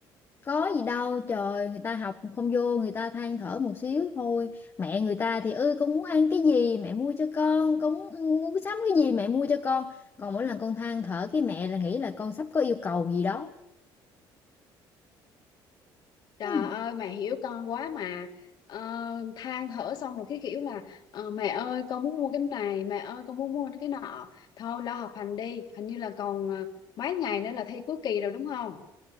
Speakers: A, on the left; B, on the left.
A: Có gì đâu, trời, người ta học không vô, người ta than thở một xíu thôi. Mẹ người ta thì ư con muốn ăn cái gì mẹ mua cho con, con muốn, muốn sắm cái gì mẹ mua cho con. Còn mỗi lần con than thở cái mẹ là nghĩ là con sắp có yêu cầu gì đó.
B: Trời
A: Ừ.
B: ơi mẹ hiểu con quá mà ờ, than thở xong rồi cái kiểu là ờ, mẹ ơi con muốn mua cái này mẹ ơi con muốn mua cái nọ thôi lo học hành đi hình như là còn ờ, mấy ngày nữa là thi cuối kỳ rồi đúng không?